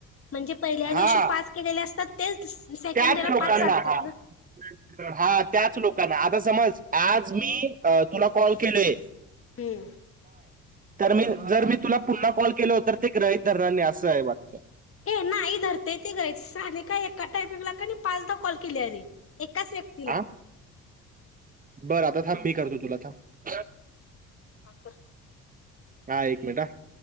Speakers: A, on the left (about 30°); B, on the right (about 20°).
A: म्हणजे पहिल्या
B: हा
A: दिवशी पाच केलेले असतात तेच सेकंड
B: त्याच
A: डेला
B: लोकांना
A: पाच चालतात
B: हा
A: ना
B: हा त्याच लोकांना आता समज आज मी अ तुला कॉल केले
A: हम्म.
B: तर मी जर मी तुला पुन्हा कॉल केल हो तर ते ग्रहित धरणार नाही असं आहे वाटतं.
A: ये नाही धरते ते ग साने काय एका टायपिंग ला कानी पाचदा कॉल केल्या रे एकाच व्यक्तीला
B: हा बरं आता थांब मी करतो तुला थांब.
A: हा कर.
B: हा एक मिनिट ह